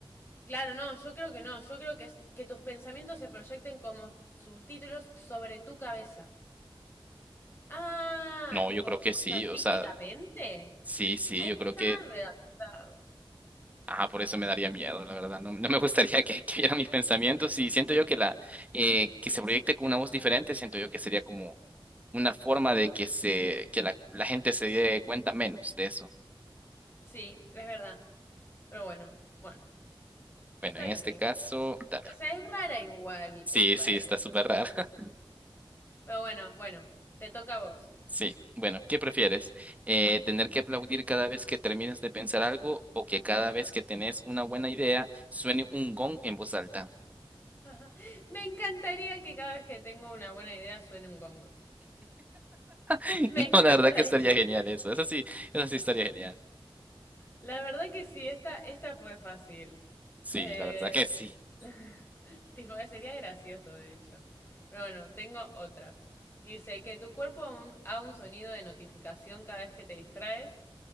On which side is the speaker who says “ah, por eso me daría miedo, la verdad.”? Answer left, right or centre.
Right